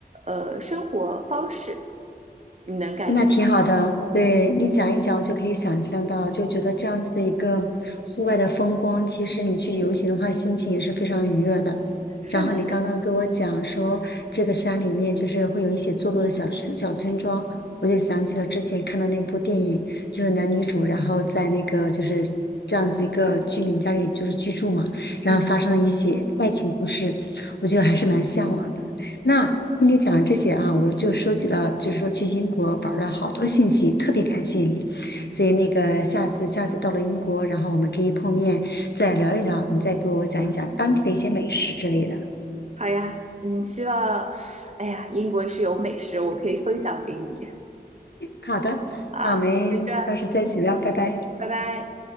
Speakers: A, on the right; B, on the left.
A: 呃，生活方式，你能感觉到
B: 那挺好的，对你讲一讲，
A: 嗯，
B: 我就可以想象到了，就觉得这样子的一个户外的风光，其实你去游行的话，心情也是非常愉悦的。
A: 是的是的，
B: 然后你刚刚跟我讲说，这个山里面就是会有一些坐落的小村小村庄，我就想起了之前看的那部电影，就是男女主，然后在那个就是这样子一个居民家里就是居住嘛，然后发生了一些爱情故事，
A: 嗯，
B: 我觉得还是蛮向往的。那听你讲了这些啊，我就收集了，就是说去英国玩儿了好多信息，特别感谢你。所以那个下次下次到了英国，然后我们可以碰面再聊一聊，你再给我讲一讲当地的一些美食之类的。
A: 好呀，嗯，希望，哎呀，英国是有美食，我可以分享给你
B: 好的，
A: 啊，
B: 那我们到时再一起聊，
A: 就这样，
B: 拜拜。
A: 拜拜。